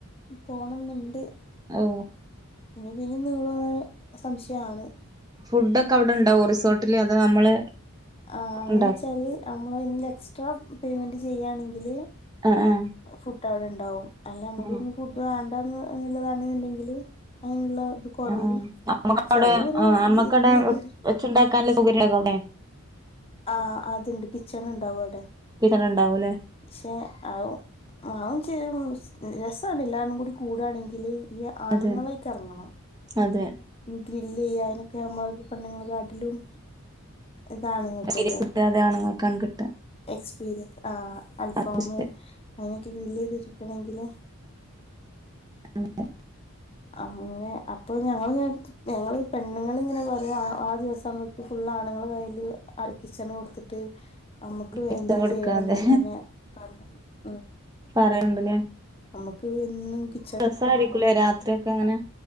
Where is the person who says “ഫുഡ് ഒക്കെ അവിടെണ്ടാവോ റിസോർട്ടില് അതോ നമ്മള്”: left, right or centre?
Right